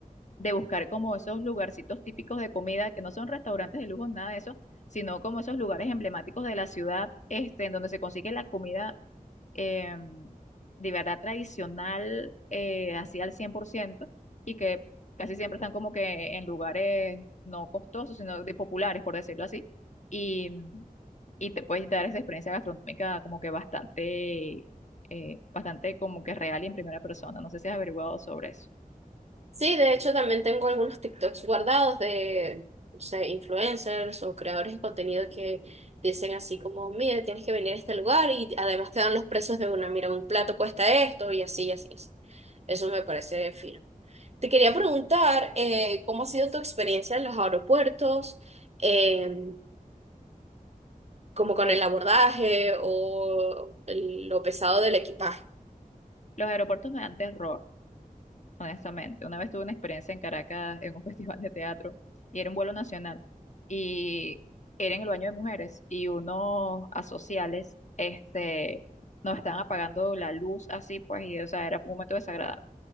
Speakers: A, on the left; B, on the right.
A: de buscar como esos lugarcitos típicos de comida, que no son restaurantes de lujo, nada de eso, sino como esos lugares emblemáticos de la ciudad, este, en donde se consigue la comida eh, de verdad tradicional, eh, así al 100% y que casi siempre están como que en lugares no costosos, sino de populares, por decirlo así, y, y te puedes dar esa experiencia gastronómica como que bastante, eh, bastante como que real y en primera persona. No sé si has averiguado sobre eso.
B: Sí, de hecho también tengo algunos TikToks guardados de, no sé, influencers o creadores de contenido que dicen así como, mira, tienes que venir a este lugar y además te dan los precios de una, mira, un plato cuesta esto y así, y así, y así. Eso me parece fino. Te quería preguntar, eh, ¿cómo ha sido tu experiencia en los aeropuertos? Em, como con
A: Eh,
B: el abordaje o el- lo pesado del equipaje.
A: los aeropuertos me dan terror. honestamente. Una vez tuve una experiencia en Caracas en un <laughs> festival de teatro y era un vuelo nacional y era en el baño de mujeres y unos asociales este, nos estaban apagando la luz así, pues, y o sea, era un momento desagradable